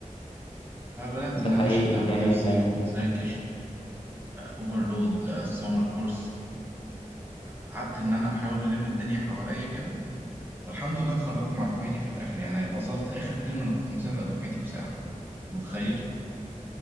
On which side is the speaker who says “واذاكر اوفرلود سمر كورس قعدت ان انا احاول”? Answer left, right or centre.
Right